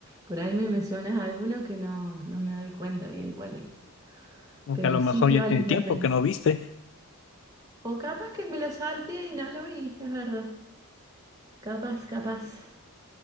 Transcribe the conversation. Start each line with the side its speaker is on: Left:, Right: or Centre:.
Right: por ahí me mencionas alguno que no, no me doy cuenta bien cuál es,
Left: O
Right: pero
Left: que a lo
Right: sí
Left: mejor
Right: que
Left: ya
Right: vale
Left: tiene
Right: la
Left: tiempo
Right: pena.
Left: que no viste.
Right: O capaz que me lo salteé y no lo vi, es verdad, capaz, capaz.